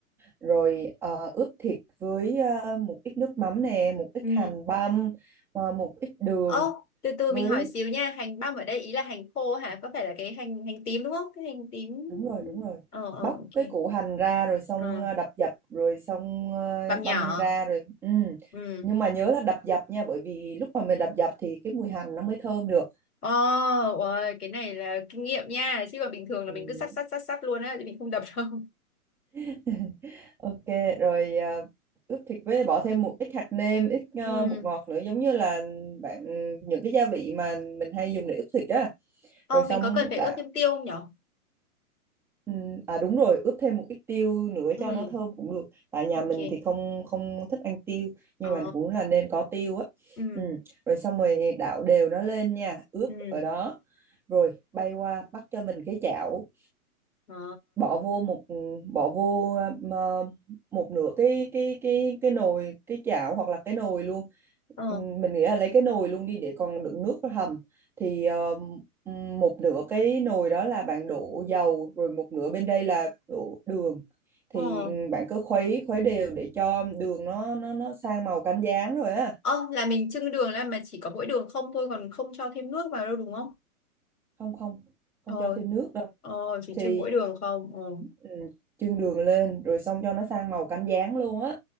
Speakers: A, in the centre; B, on the left (about 85°).
A: Rồi ờ, ướp thịt với ờ, một ít nước mắm nè, một ít
B: Ừ.
A: hành băm, ờ, một ít đường
B: Ô, từ từ
A: với
B: mình hỏi xíu nha. Hành băm ở đây ý là hành khô hả? Có phải là cái hành hành tím đúng không? Cái hành tím.
A: đúng rồi đúng rồi
B: Ờ, ờ,
A: bóc
B: ok.
A: cái củ hành ra rồi xong
B: Ờ.
A: ờ, đập dập rồi xong ờ,
B: bằm nhỏ
A: băm ra rồi ừ.
B: ừ
A: nhưng mà nhớ là đập dập nha bởi vì lúc mà mình đập dập thì cái mùi hành nó mới thơm được
B: ồ ôi, cái này là kinh nghiệm nha chứ còn bình thường là
A: ừ.
B: mình cứ sắt sắt sắt sắt luôn á thì mình không đập đâu
A: <laughs> ok rồi ờ, ướp thịt với bỏ thêm một ít hạt nêm ít ờ,
B: <laughs> ừ
A: bột ngọt nữa giống như là bạn những cái gia vị mà mình hay dùng để ướp thịt á
B: ờ
A: rồi
B: mình
A: xong
B: có cần phải
A: đã
B: ướp thêm tiêu không nhở
A: Ừ, À đúng rồi, ướp thêm một ít tiêu nữa
B: ừ
A: cho nó thơm cũng được. Tại nhà
B: ok
A: mình thì không không thích ăn tiêu,
B: ờ
A: nhưng mà cũng là nên có tiêu á.
B: ừ
A: Ừ. Rồi xong rồi đảo đều nó lên nha, ướp
B: ừ
A: ở đó. Rồi bay qua bắt cho mình cái chảo
B: ờ
A: bỏ vô một ừ, bỏ vô ờ, một nửa cái cái cái cái nồi cái chảo hoặc là cái nồi luôn
B: ờ
A: Ừm, mình nghĩ là lấy cái nồi luôn đi để còn đựng nước hầm thì ờ, ừm, một nửa cái nồi đó là bạn đổ dầu rồi một nửa bên đây là đổ đường thì
B: ờ
A: ừm, bạn cứ khuấy khuấy đều để cho đường nó nó nó sang màu cánh gián rồi á
B: ờ là mình chưng đường là mà chỉ có mỗi đường không thôi còn không cho thêm nước vào đâu đúng không
A: không không
B: ờ
A: không cho thêm nước đâu
B: ờ chỉ
A: thì
B: trưng mỗi đường không ờ
A: ừ, chưng đường lên rồi xong cho nó sang màu cánh gián luôn á